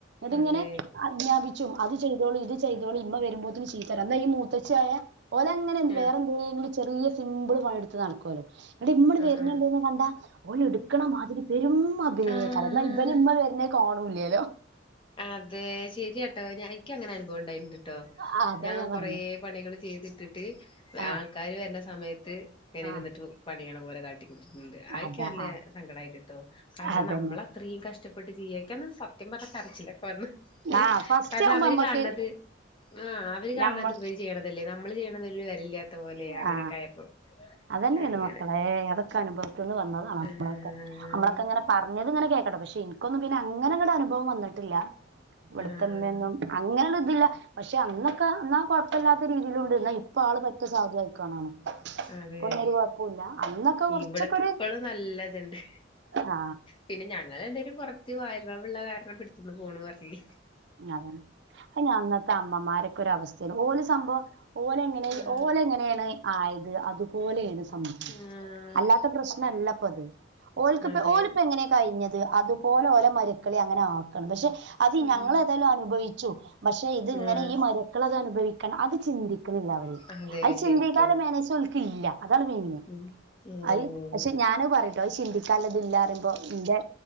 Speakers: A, on the right (about 65°); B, on the left (about 25°).
A: ങ്ങനെ
B: അതെ
A: അജ്ഞാപിച്ചും അത് ചെയ്തോളി ഇത് ചെയ്തോളി ഇമ്മ വരുമ്പോത്തിന് ചീത്ത ഈ മൂത്തച്ഛിയായ ഓലെ അങ്ങനെ
B: ആഹ്
A: വേറെ എന്തെങ്കിലും ചെറിയ സിമ്പിൾ പണി എടുത്ത് നടക്കുമല്ലോ അടെ ഇമ്മള്
B: ആഹ്
A: വരുന്നുണ്ടന്ന്
B: ആഹ്
A: കണ്ട ഓള് എടുക്കണ മാതിരി പെരും അഭിനയക്കാല
B: ആഹ്
A: എന്ന ഇവര് ഇമ്മ വരുന്നെ കണൂല്ലല്ലോ
B: അതെ ശരിയാട്ടോ ഞാ എനിക്ക അങ്ങനെ അനുഭവം ഉണ്ടായിണ്ട്ട്ടോ
A: ആ അതാ
B: ഞാൻ
A: പറഞ്ഞത്
B: കൊറെ പണികൾ ചെയ്തിട്ടിട്ട്
A: ആ
B: ആൾക്കാര് വരുന്ന സമയത്ത് ഇങ്ങനെ
A: ആ
B: ഇരുന്നിട്ട് പണിയണ പോലെ കാട്ടി കാട്ടിയിട്ടുണ്ട് അതൊക്കെ
A: അതാ
B: നല്ല
A: ആ
B: സങ്കടമായിട്ട്ട്ടോ കാരണം
A: അതന്നെ
B: നമ്മള അത്രയും കഷ്ടപ്പെട്ട് ചെയീക്കാന്ന് സത്യം പറഞ്ഞ കരച്ചില്ലെക്കെ വന്ന്
A: ആ ഫസ്റ്റ്
B: കാരണം
A: ആവുമ്പോ
B: അവര്
A: നമ്മക്ക്
B: കാണത് ആ അവര് കാണാത്ത
A: ഞമ്മ
B: ഇപര് ചെയ്യണതല്ലേ നമ്മള് ചെയ്യണത് വെരല്ലാത്ത പോലെയ അങ്ങനെയൊക്കെ
A: ആ
B: ആയപ്പോ
A: അതന്നെയാണ്
B: അങ്ങനെ
A: മക്കളെ അതൊക്കെ അനുഭവത്തിന്ന് വന്നതാണ് നമ്മളൊക്കെ
B: ആഹ്
A: നമ്മളൊക്കെ ഇങ്ങനെ പറഞ്ഞത്ങ്ങനെ കേക്കണം പക്ഷെ എനിക്കൊന്നും അങ്ങനൊന്നും അനുവം വന്നിട്ടില്ല ഇവിടത്തമ്മൊന്നും
B: ആഹ്
A: അങ്ങനെയള്ള ഇതില്ല പക്ഷെ അന്നൊക്കെ എന്നാ കുഴപ്പമില്ലാത്ത രീതിയിലുണ്ട് എന്നാ ഇപ്പ ആള് പറ്റ സാധു ആയിക്കണാണ്
B: അതെ
A: ഇപ്പന്നും ഒരു കുഴപ്പില്ല അന്നൊക്കെ കുറച്ചൊക്കെ
B: ഇവിടത്തെ
A: ഒരു
B: ഇപ്പളും നല്ലതുണ്ട്
A: ആ
B: പിന്നെ ഞങ്ങൾ രണ്ടേരും കുറച്ച് വായ ഉള്ള കാരണം പിടിച്ചന്ന് പോന്ന് പറഞ്ഞ്
A: അതാണ് അത് ഞങ്ങ അമ്മമാരൊക്കെ ഒര് അവസ്ഥാണ് ഓല് സംഭവം ഓല് എങ്ങന
B: ആഹ്
A: ഓല് എങ്ങനെയാണ് ആയത് അതുപോലെ അതുപോലെയാണ് സംഭവം
B: ആഹ്
A: അല്ലാത്ത പ്രശ്നല്ല ഇപ്പൊ അത് ഓല്ക്ക്
B: അതെ
A: ഓലപ്പ എങ്ങനെയാണ് കഴിഞ്ഞത് അതുപോലെ ഓലെ മരുക്കുകളെ അങ്ങനെ ആ അത്
B: ഉം
A: ഞങ്ങളെതെല്ലാം അനുഭവിച്ചു പക്ഷെ ഇത് ഇങ്ങനെ
B: ആഹ്
A: ഈ മരുക്കൾ അത് അനുഭവിക്ക അത് ചിന്തിക്കണില്ല അവര്
B: അതെ
A: അത്
B: ശരിക്കും
A: ചിന്തിക്കാലെ മേനേയ്സ് ഒൽക്കില്ല അതാണ് മെയിന്
B: ഉം ഉം
A: അയ് പക്ഷെ ഞാന് പറഞ്ഞട്ടോ ചിന്തിക്കാല്ലതില്ലാറുമ്പോ നിന്റെ